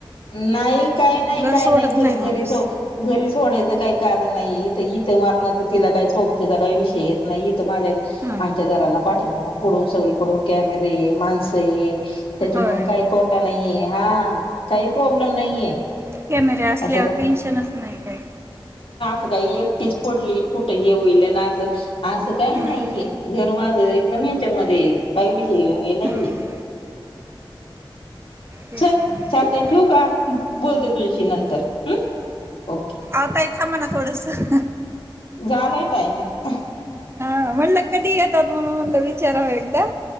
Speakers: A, on the left; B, on the right.
A: नाई काय नाय काय
B: सोडत
A: नाय घरी
B: नाही
A: घरी
B: माणूस
A: सो घरी सोडायचं काय. कारण नाई इथ इथं मरणाच तिला काय सोबतीचा काही विषय येत नाही, इथं माझ्या
B: हां
A: आमच्या घराला पाठीमागून पुढून सगळी कडून कॅमेरे ये माणसं ये. त्याच्यामुळे
B: होय
A: काय प्रोब <unintelligible> नाई ए हां हां. काही प्रॉब्लेम नाहीये.
B: कॅमेरे आसल्यावर
A: असं रा
B: टेन्शनच नाहीं काई.
A: क काय एकटीच पडलीय कुठं हे होईल अन असं, असं काय
B: हं,
A: नाईये, घर माझं एकदम हेच्यामध्ये य काही विषय हे नाहीये.
B: हं. तेच
A: चल
B: म्हणलं
A: चालतय ठेव का? बोलते तुझ्याशी नंतर हम्. ओके
B: आव ताई थांबाना थोडसं.
A: झालंय टायमिंग
B: म्हणलं कधी येतात म्हणून म्हणलं विचारावं एकदा.